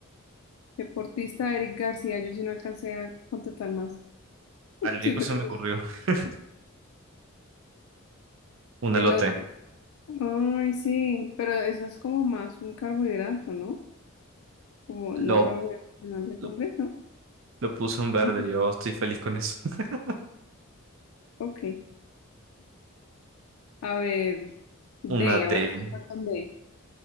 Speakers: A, on the left; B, on the right.
A: Deportista, Eric García. Yo sí no alcancé a contestar más.
B: Al único
A: Siento
B: se
A: que...
B: me ocurrió <laughs> un
A: Elote.
B: elote.
A: Ay, sí, pero eso es como más un carbohidrato, ¿no? Como
B: Lo,
A: no carbohidrato, sino legumbre,
B: lo,
A: ¿no?
B: lo puso en verde.
A: Ah,
B: Yo estoy feliz con eso. <laughs>
A: Ok. A ver, D,
B: Una D
A: ahora sí va con D.